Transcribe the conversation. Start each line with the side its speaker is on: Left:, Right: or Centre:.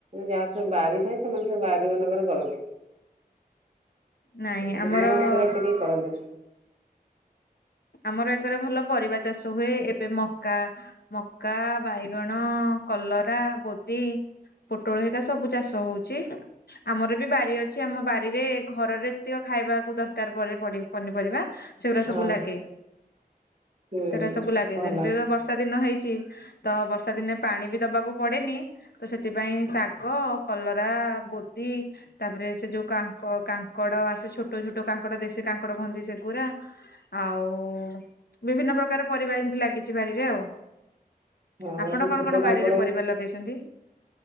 Right: ଯାହା ସବୁ ବୁାରି ଥାଏ ସେମାନେ ସବୁ ବାରି ମାନଙ୍କରେ କରନ୍ତି ।
Left: ନାଇଁ
Right: ବିଲ
Left: ଆମର
Right: ମାନଙ୍କରେ ଏତେ କାଇଁ କରନ୍ତିନି?
Left: ଆମର ଏଥରେ ଭଲ ପରିବା ଚାଷ ହୁଏ ଏବେ ମକା ମକା ବାଇଗଣ, କଲରା, ବୋଧି। ପୋଟଳ, ହରିକା ସବୁ ଚାଷ ହଉଚି ।ଆମର ବି ବାରି ଅଛି ।ଆମ ବାରିରେ ଘରରେ ଯେତିକ ଖାଇବାକୁ ଦରକାର ପନି ପରି ପନିପରିବା ସେଗୁଡା
Right: ହଁ
Left: ସବୁ ଲାଗେ ।
Right: ହୁଁ
Left: ସେଗୁଡା ସବୁ ଲାଗେ
Right: ଭଲ।
Left: ଯେମିତି ତ ବର୍ଷାଦିନ ହେଇଚି। ତ ବର୍ଷା ଦିନେ ପାଣି ବି ଦବାକୁ ପଡେନି, ତ ସେଥିପାଇଁ ଶାଗ, କଲରା, ବୋ କୋବି, ତାପରେ ସେ ଯୋଉ କାଙ୍କ କାଙ୍କଡ ଆସ ଛୋଟ ଛୋଟ କାଙ୍କଡ ଦେଶୀ କାଙ୍କଡ କୁହନ୍ତି ସେଗୁରା। ଆ ଆଉ ବିଭିନ୍ନ ପ୍ରକାର ପରିବା ଏମିତି ଲାଗିଛି ବାରିରେ ଆଉ ।
Right: ହଁ
Left: ଆପଣ
Right: ସେ
Left: କଣ
Right: ଛୋଟ
Left: କଣ
Right: କାଙ୍କଡ
Left: ବାରିରେ ପରିବା ଲଗେଇଚନ୍ତି?